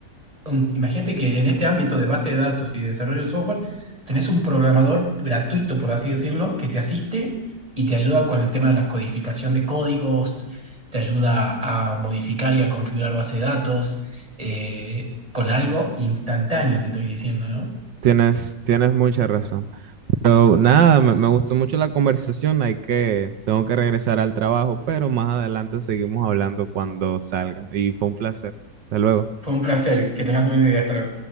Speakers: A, on the right; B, on the right.
A: un- imagínate que en este ámbito de base de datos y de desarrollo de software, tenés un programador gratuito, por así decirlo, que te asiste y te ayuda con el tema de la codificación de códigos, te ayuda a modificar y a configurar base de datos, eh, con algo instantáneo, te estoy diciendo, ¿no?
B: tienes, tienes mucha razón. Pero nada, me, me gustó mucho la conversación. Hay que, tengo que regresar al trabajo, pero más adelante seguimos hablando cuando salga. Y fue un placer. Hasta luego.
A: Fue un placer, que tengas una idea. Hasta luego.